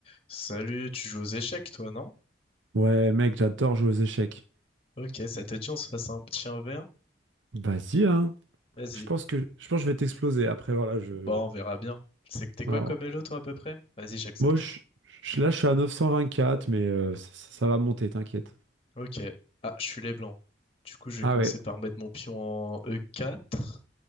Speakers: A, on the left; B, on the right.
A: Salut, tu joues aux échecs, toi, non?
B: Ouais, mec, j'adore jouer aux échecs.
A: Ok, ça te dit on se fasse un petit 1v1?
B: Vas-y, hein.
A: Vas-y.
B: Je pense que je pense que je vais t'exploser. Après, voilà, je.
A: Bon, on verra bien. C'est que t'es quoi
B: Alors,
A: comme Elo, toi, à peu près? Vas-y, j'accepte
B: moi,
A: ton.
B: je, je- là, je suis à 924, mais euh, ça, ça- ça va monter, t'inquiète.
A: Ok. Ah, je suis les blancs. Du coup, je vais
B: Ah
A: commencer
B: ouais.
A: par mettre mon pion en E4.